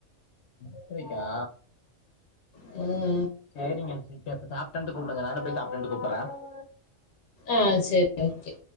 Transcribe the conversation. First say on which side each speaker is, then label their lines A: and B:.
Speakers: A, on the left; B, on the left.
A: எட்டரைக்கா
B: ம்
A: சேரிங்க சிஸ்டர் இப்ப சாப்ட்டு வந்து கூப்டுங்க நானு போய் சாப்ட்டு வந்து கூப்பட்ற
B: ஆ சரி ஓகே